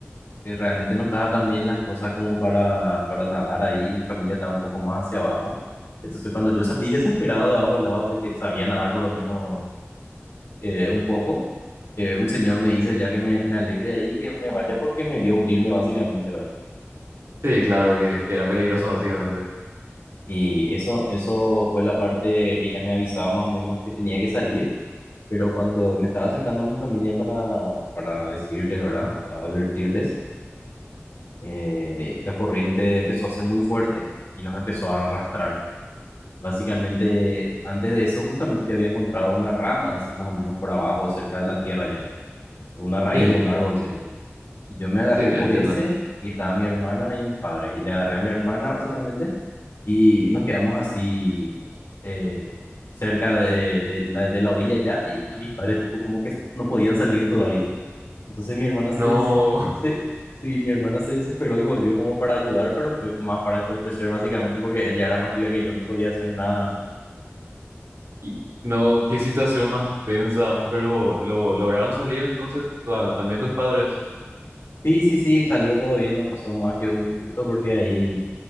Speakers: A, on the left (about 70°); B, on the right (about 80°).
A: que realmente no estaba tan bien las cosas como para, para nadar ahí, mi familia estaba un poco más hacia abajo. Entonces cuando yo salí desesperado debajo del agua porque sabía nadar por lo menos eh, un poco, eh, un señor me dice ya que me, me aleje de ahí, que me vaya porque me vio hundirme básicamente, ¿verdad?
B: Sí, claro que, que era peligroso, básicamente.
A: Y eso, eso fue la parte que ya me avisaba más o menos que tenía que salir, pero cuando me estaba acercando a mi familia para, para decirles, ¿verdad? Para advertirles, eh, la corriente empezó a ser muy fuerte y nos empezó a arrastrar Básicamente, antes de eso, justamente yo había encontrado una rama así más o menos por abajo, cerca de la tierra ya, ¿verdad? Una raíz
B: Sí,
A: de un árbol sería. Y yo me agarré
B: sí,
A: por
B: entiendo.
A: ese y estaba mi hermana y mis padres. Y le agarré a mi hermana básicamente y nos quedamos así eh, cerca de, de la, de la orilla ya y a mis padres tipo como que no podían salir todavía. Entonces mi hermana se,
B: No,
A: desesperó,
B: <laughs>
A: sí, mi hermana se desesperó y volvió como para ayudar, pero fue más para entorpecer básicamente porque ella era más chica que yo, no podía hacer nada.
B: y- no, qué situación más tensa, pero lo lograron salir entonces, o sea, también tus padres,
A: Sí, sí, sí, salió todo bien, no pasó más que un susto porque ahí